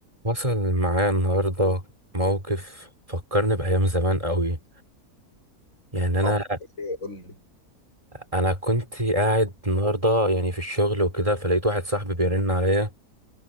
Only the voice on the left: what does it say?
موقف ايه قول لي